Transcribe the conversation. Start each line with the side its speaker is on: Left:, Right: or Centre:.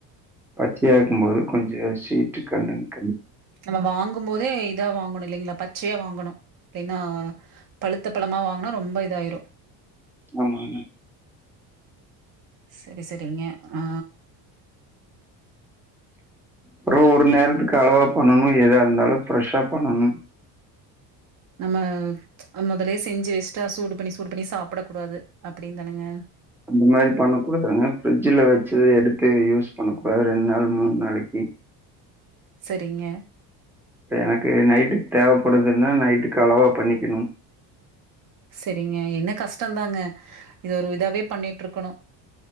Centre: பச்சயா இருக்கும்போது கொஞ்சம் ஸ்வீட்டு கண்டேன்ட்
Right: நம்ம வாங்கும் போதே இதா வாங்கணும் இல்லைங்களா பச்சையா வாங்கணும் இல்லைனா பழுத்த பழமா வாங்கனா ரொம்ப இதாயிரும்
Centre: ஆமாங்க.
Right: சரி சரிங்க ஆ
Centre: அப்புறம் ஒரு நேரத்துக்கு அளவா பண்ணணும் ஏதா இருந்தாலும் ஃப்ரெஷா பண்ணணும்
Right: நம முதலயே செஞ்சி வெச்சு ஸ்ட்டா சூடு பண்ணி சூடு பண்ணி சாப்டக்கூடாது அப்டினு தானுங்க
Centre: அந்த மாரி பண்ணக்கூடாதுங்க ஃபரிட்ஜ்ல வெச்சது எடுத்து யூஸ் பண்ண கூடாது ரெண்டு நாள் மூணு நாளைக்கு
Right: செரிங்க
Centre: இப்ப எனக்கு நைட்டுக்கு தேவைப்படுதுன்னா நைட்டுக்கு அளவா பண்ணிக்கணும்
Right: செரிங்க என்ன கஷ் டந்தாங்க இது ஒரு இதாவே பண்ணிட்டு இருக்கணு